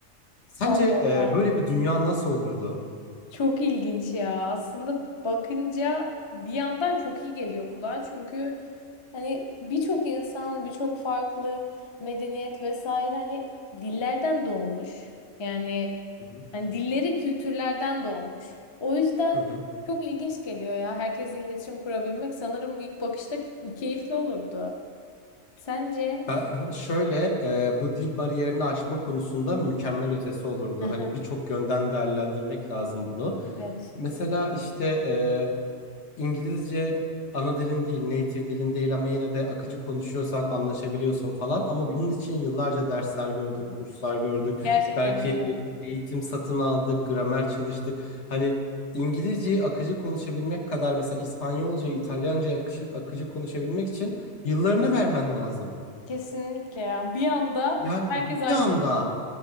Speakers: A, on the left; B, on the left.
A: Sence
B: Allah
A: e,
B: Allah.
A: böyle bir dünya nasıl olurdu?
B: Çok ilginç ya. Aslında bakınca bir yandan çok iyi geliyor kulağa. Çünkü hani birçok insan, birçok farklı medeniyet vesaire hani dillerden doğmuş. Yani
A: Hı hı.
B: hani dilleri kültürlerden doğmuş. O yüzden
A: Hı hı.
B: çok ilginç geliyor ya. Herkesle iletişim kurabilmek sanırım ilk bakışta keyifli olurdu. Sence?
A: Ben <laughs> şöyle e, bu dil bariyerini aşma konusunda mükemmel ötesi olurdu.
B: Aha,
A: Hani birçok yönden değerlendirmek lazım bunu.
B: evet.
A: Mesela işte e, İngilizce ana dilin değil, native dilin değil ama yine de akıcı konuşuyorsan anlaşabiliyorsun falan. Ama
B: Hı
A: bunun için yıllarca dersler gördük,
B: hı.
A: kurslar gördük.
B: Gerçekten
A: Belki
B: öyle.
A: e- eğitim satın aldık, gramer çalıştık. Hani İngilizceyi akıcı konuşabilmek kadar mesela İspanyolcayı, İtalyancayı akışı- akıcı konuşabilmek için yıllarını vermen lazım.
B: Kesinlikle ya. Bir anda
A: Yani
B: herkes
A: bir
B: aynı
A: anda
B: değil.